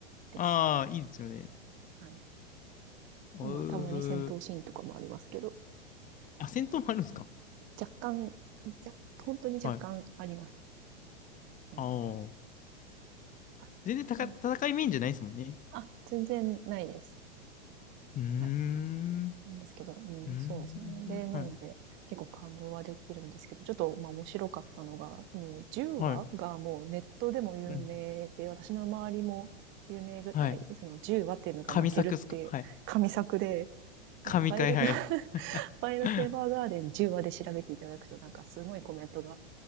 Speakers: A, on the right; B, on the left.
A: です。
B: あー、いいですよね。
A: はい。
B: うー。
A: まあ、たまに戦闘シーンとかもありますけど、
B: あ、戦闘もあるんですか
A: 若干、じゃ本当に若干あります。
B: はい。
A: うん。
B: あー。
A: はい。
B: 全然たか戦いメインじゃないですもんね。
A: うん。あ、全然ないです。
B: うーん。
A: はい。なんですけど、うん、
B: うーん。
A: そうですね。で、なので、
B: はい。
A: 結構感動はできるんですけど、ちょっと、まあ、面白かったのが、その、10話がもうネットでも有名で、
B: はい。うん。
A: 私の周りも有名ぐらい、
B: はい。
A: その10話っわっていうのが泣けるって神作で、
B: 神作っすかはい。神回、
A: バイオレット
B: はい。<laughs>
A: パイルテーバーガーデン10話で調べていただくとなんかすごいコメントが
B: は